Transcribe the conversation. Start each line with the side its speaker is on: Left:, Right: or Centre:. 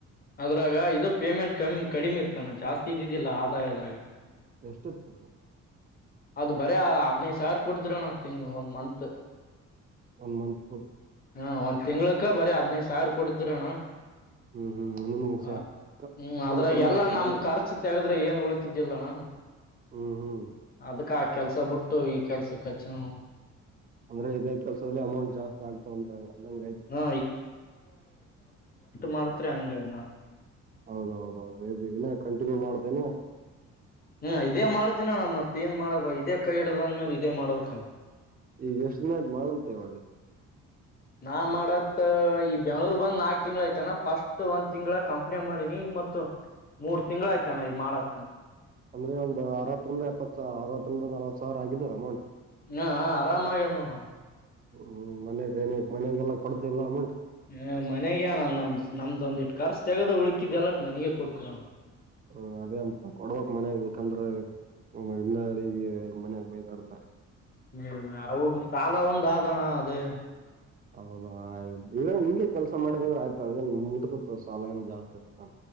Left: ಅದ್ರಾಗ ಇದು ಪೇಮೆಂಟ್ ಕಮ ಕಡಿಮೆ ಇತ್ತಣ ಜಾಸ್ತಿ ಇದಿದ್ದಿಲ್ಲ ಆದಾಯ ಅದ್ರಾಗ
Right: ಎಷ್ಟತ್ತು
Left: ಅದು ಬರ ಹದ್ನೈದು ಸಾವಿರ ಕೊಡ್ತಿದ್ರನ ತಿಂಗ ಒಂದ್ ಮಂತ್
Right: ಒನ್ ಮಂತ್ಕ
Left: ಹ ಒಂದ್ ತಿಂಗ್ಕ ಬರ ಹದ್ನೈದು ಸಾವಿರ ಕೊಡಿದ್ರಣ್ಣ
Right: ಹ್ಮ್ ಹ್ಮ್ ನನ್ಸ
Left: ಹ ಹ್ಮ್
Right: ಫುಲ್
Left: ಅದ್ರಾಗ
Right: ಕಮ್ಮಿ
Left: ಎಲ್ಲಾ
Right: ಆಯ್ತಾ
Left: ನಮ್
Right: ನಂದು
Left: ಖರ್ಚು ತೆಗದ ಅಂದ್ರೆ ಏನ್ ಉಳಿತಿದ್ದಿಲ್ಲಣ
Right: ಹ್ಮ್ ಹ್ಮ್
Left: ಅದುಕ್ಕ ಹಾಕ್ ಕೆಲ್ಸ ಬಿಟ್ಟು ಈ ಕೆಲ್ಸಕ್ಚ್ಚ ನವು
Right: ಅಂದ್ರೆ ಇದೇ ಕೆಲ್ಸ <unintelligible> ಅಮೌಂಟ್ ಜಾಸ್ತಿ ಆಗ್ತಾವ ಅಂದ್ರಂಗ ಆಯ್ತು
Left: ಹಾ ಮಾಡ್ತ್ರಿ ಹಂಗ ನ
Right: ಹೌದೌದೌದುನ್ನ ಕಂಟಿನ್ಯೂ ಮಾಡ್ತೇನೆ
Left: ಹ್ಮ ಇದೇ ಮಾಡ್ತೀನಣ ಮತ್ತ ಏನ್ ಮಾಡಬ ಇದೇ ಕೈ ಹಿಡ್ದಂದ್ಮೇಲೆ ಇದೇ ಮಾಡಬೇಕಲ್ಲ
Right: ಈಗ ಎಷ್ಟನ್ ಮಾಡಂತ ಇವಾಗ
Left: ನಾ ಮಾಡತ್ ಈ ಬೆಂಗ್ಳೂರ್ ಬಂದ್ ನಾಕ್ ತಿಂಗಳ ಆಯ್ತಣ್ಣ ಫಸ್ಟ್ ಒಂದ್ ತಿಂಗ್ಳ ಕಂಪ್ನೇಂಟ್ ಮಾಡಿನಿ ಮತ್ತ ಮೂರ್ ತಿಂಗಳ ಆಯ್ತಣ್ಣ ಈ ಮಾಡತ್ನ
Right: ಅಂದ್ರೆ ಒಂದು ಅವತ್ತಂದ ಎಪ್ಪ ಅರವತ್ತಂದ್ರ ನಲ್ವತ್ ಸಾವಿರ ಆಗಿದ್ದು ಅಮೌಂಟ್
Left: ಹಾ ಹಾ ಆರಾಮಾಗ್ಯದ ನೋಡಣ
Right: ಹ್ಮ್ ಮನೆನೆ ಮನೆಗೆಲ್ಲಾ ಕೊಡ್ತ್ಯ ಇಲ್ಲ ಅಮೌಂಟ್
Left: ಹ್ ಮನೆಗ ಅಣ ನಮ್ದು ನಮ್ದು ಒಂದ್ ಎಷ್ಟು ಕರ್ಚು ತೆಗದ ಉಳಕಿದ ಅಲ್ಲ ಮನೆಗೆ ಕೊಡ್ತ ಅಣ
Right: ಹ್ಮ ಅದೇ ಅಪ ಕೊಡ್ಬಕ್ ಮನ್ಯಾಗ ಇಲ್ಕಂದ್ರ ಇಲ್ಲ ಮನ್ಯಾಗ ಬೈದ ಆಡ್ತಾರ್
Left: ಹ ಹೌದು ಸಾಲ ಒಂದ್ ಆದಣ ಅದೇ
Right: ಹೌದ ಆಯ್ತ ಇ ಹಿಂಗೆ ಕೆಲ್ಸ ಮಾಡಿದ ಅಂದ್ರೆ ಆಯ್ತು ಅದನ್ <unintelligible> ಸಾಲ ಏನ್ ಜಾಸ್ತಿ ಇತ